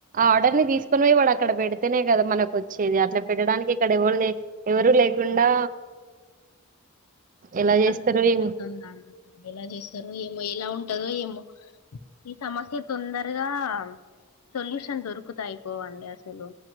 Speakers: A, on the right; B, on the left.
A: ఆర్డర్ ని తీసుకొని పో ఇవాడు అక్కడ పెడితేనే కదా మనకు వచ్చేది అట్లా పెట్టడానికి ఇక్కడ ఎవరు ఎవరుూ లేకుండా ఎలా
B: చాలా
A: చేస్తారు
B: కష్టం
A: ఏమో
B: అతుంది నా ఎలా చేస్తారు ఏమో ఎలా ఉంట ఏమో ఈ సమస్య తొందరగా సొల్యూషన్ దొరుకుతా అయిపోవండి అసలు